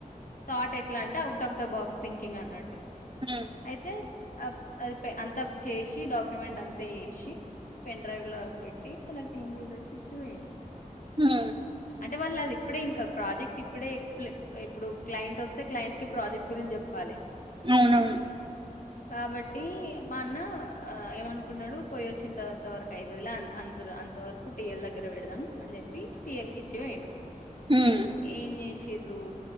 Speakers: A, on the left; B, on the right.
A: థాట్ ఎట్లా అంటే out of the box thinking అన్నట్టు
B: హ్మ్
A: అయితే అది అంత చేసి డాక్యుమెంట్ అంతా చేసి పెన్ డ్రైవ్లో పెట్టి ఇలా టీమ్ లీడర్కి ఇచ్చి పోయిండు
B: ఉమ్మ్
A: అంటే వాళ్ళు అది ఇప్పుడే ఇంకా ప్రాజెక్ట్ ఇప్పుడే ఎక్స్ప్ ఇప్పుడు క్లైంట్ వోస్తే క్లైంట్‌కి ప్రాజెక్ట్ గురించి చెప్పాలి
B: అవునవును
A: కాబట్టి మా అన్న ఆ ఏమనుకున్నాడు పోయి వచ్చిన తర్వాత వరకు అయితాదిలే అన్ అన్ అంత వరకు టీఎల్ దగ్గర పెడదాం అని చెప్పి టియల్ కి ఇచ్చి పోయిండు
B: హ్మ్
A: ఏం చేసిర్రు